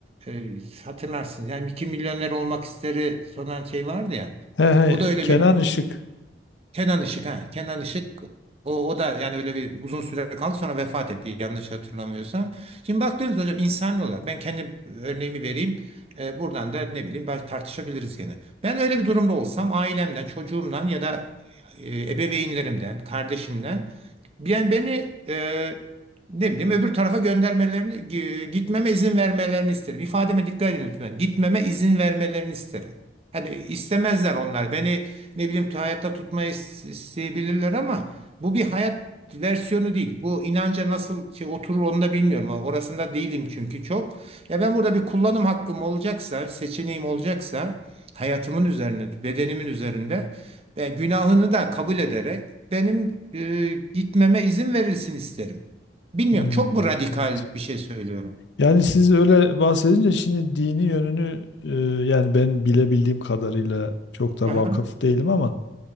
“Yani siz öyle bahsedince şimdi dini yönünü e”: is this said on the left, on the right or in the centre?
Left